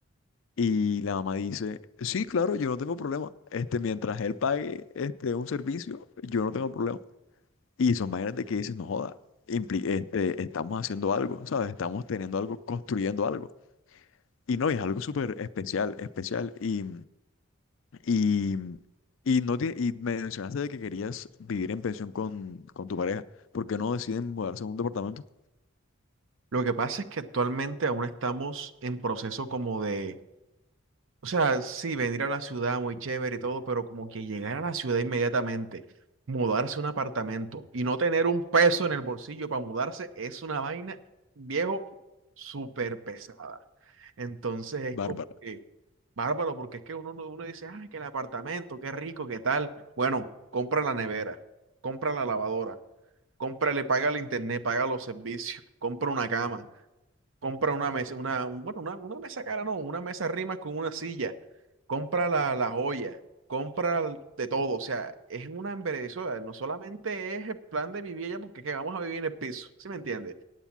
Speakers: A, on the left (about 65°); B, on the right (about 65°).
A: Y la mamá dice, sí, claro, yo no tengo problema. Este, mientras él pague, este, un servicio, yo no tengo problema. Y son maneras de que dices no joda, impli- este, estamos haciendo algo, ¿sabes? Estamos teniendo algo, construyendo algo. Y no, y es algo súper especial, especial. Y y, y, no tie- y mencionaste de que querías vivir en pensión con, con tu pareja. ¿Por qué no deciden mudarse a un departamento?
B: Lo que pasa es que actualmente aún estamos en proceso como de O sea, sí, venir a la ciudad muy chévere y todo, pero como que llegar a la ciudad inmediatamente, mudarse a un apartamento y no tener un peso en el bolsillo para mudarse es una vaina, viejo, súper pesada. Entonces es
A: Bárbara.
B: como que bárbaro, porque es que uno, no- uno dice, ah, que el apartamento, qué rico, qué tal. Bueno, compra la nevera, compra la lavadora, cómprale, paga el internet, paga los servicios, compra una cama compra una mesa, una, un- bueno, una, una mesa cara, no, una mesa rimas con una silla, compra la, la joya, compra el- de todo, o sea, es una embellecedora, no solamente es el plan de vivir allá porque que vamos a vivir en el piso, ¿sí me entiendes?